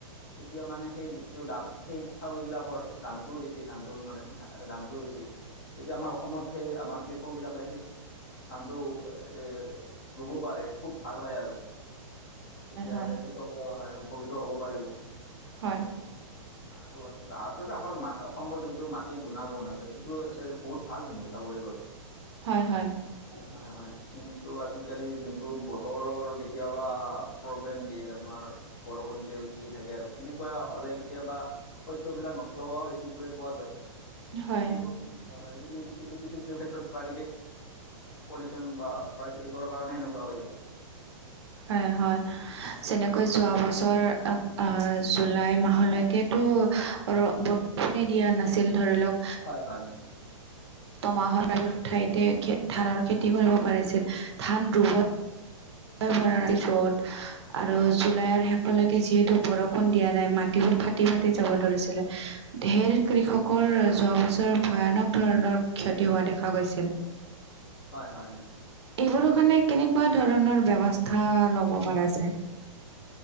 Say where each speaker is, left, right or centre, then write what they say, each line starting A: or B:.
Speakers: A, on the left (about 35°); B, on the right (about 55°).
A: তেতিয়া মানে সেই বস্তুটোৰ দাম সেই চাউল বিলাক কৰ দামটোও বেছি ধানটোৰ মানে দামটোও বেছি তেতিয়া আমাৰ অসমত সেই আমাৰ কৃষক বিলাকে সেই ধানটো এতে ৰুব পাৰে খুব ভাল হয় আৰু তেতিয়া
B: হয় হয়
A: হ'লে খুব হয় উপকৃত হ'ব পাৰিব।
B: হয়।
A: আৰু আচলতে আচলতে আমাৰ মাত অসমৰ যোনটো মাটিৰ গুণাগুণ আছে সেই টো আছে বহুত ভাল কিন্তু চাবলৈ গ'লে
B: হয় হয়
A: হয় হয়। কিন্তু আজিকালি যোনটো বতৰৰ কেতিয়াবা প্ৰব্লেম দিয়ে আপোনাৰ বৰষুণ দিলেও দিয়ে থাকে আৰু তেনেকুৱা হলে কেতিয়াবা শস্যবিলাক নষ্ট হোৱাও দেখিবলৈ পোৱা যায়।
B: হয়
A: সেইটো হয় হয় সেইটো সেইটো কিছু কিছু ক্ষেত্ৰত প্ৰাকৃতিক পলিউচন বা প্ৰাকৃতিকৰ কাৰণে সেনেকুৱা হৈ আছে।
B: হয় হয়। যেনেকৈ যোৱা বছৰ আহ জুলাই মাহলৈকেতো ৰ ব কোনে দিয়া নাছিল ধৰি লওক
A: হয় হয়।
B: ত মাহৰ আগৰ ঠাইতে ধানৰ খেতি কৰিব পাৰিছিল, ধান ৰুব ভৰা ৰ'দ আৰু জুলাইৰ শেষ লৈকে যিহেতু বৰষুণ দিয়া নাই মাটিবোৰ ফাটি ফাটি যাব ধৰিছিলে ধেৰ কৃষকৰ
A: হয়
B: যোৱা বছৰ ভয়ানক ধৰণৰ ক্ষতি হোৱা দেখা গৈছিল।
A: হয় হয়
B: এইবোৰো কাৰনে কেনেকুৱা ধৰণৰ ব্যৱস্থা লব প যায়